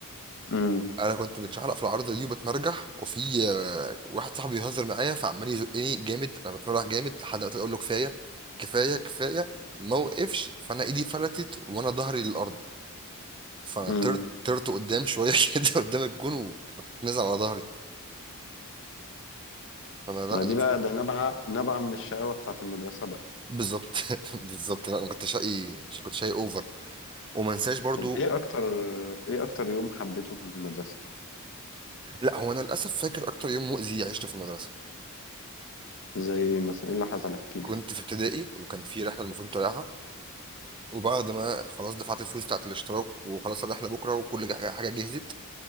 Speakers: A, on the left (about 60°); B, on the right (about 20°).
A: امم
B: انا كنت متشعلق في العارضه دي وبتمرجح وفي آه، واحد صاحبي بيهزر معايا فعمال يزقني جامد انا بتمرجح جامد لحد ما اقول له كفايه كفايه كفايه ما وقفش فانا ايدي فلتت وانا ظهري للارض فانا
A: امم
B: طرت طرت قدام شويه <laughs> كده قدام الجون ونزل على ظهري فانا لا
A: ما دي
B: نزل
A: بقى ده نبع نبع من الشقاوه بتاعت المدرسه بقى
B: بالظبط <laughs> بالظبط لا انا كنت شقي كنت شقي اوفر وما انساش برضو
A: طب ايه اكتر ايه اكتر يوم حبيته في المدرسه
B: لا هو انا للاسف فاكر اكتر يوم مؤذي عشته في المدرسه
A: زي ايه مثلا ايه اللي حصل احكي لي
B: كنت في ابتدائي وكان في رحله المفروض طالعها وبعد ما خلاص دفعت الفلوس بتاعت الاشتراك وخلاص الرحله بكره وكل حاجه حاجة جهزت